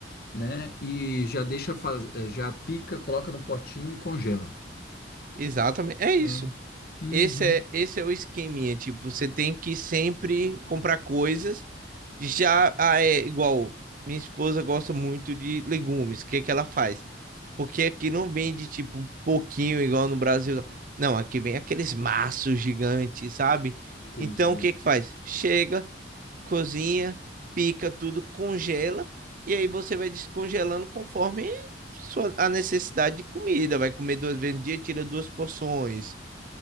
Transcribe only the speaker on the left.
né? E já deixa, faz- eh, já pica, coloca no potinho e congela.
É. Uhum.
Entendi.